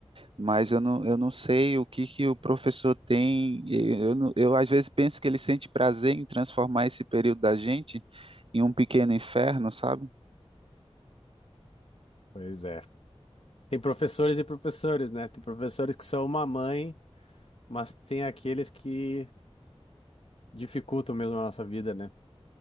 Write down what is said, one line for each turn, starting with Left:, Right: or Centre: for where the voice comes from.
Right: Mas eu não, eu não sei o que que o professor tem. Eu, não- eu às vezes penso que ele sente prazer em transformar esse período da gente em um pequeno inferno, sabe?
Left: Pois é. Tem professores e professores, né? Tem professores que são uma mãe, mas tem aqueles que dificultam mesmo a nossa vida, né?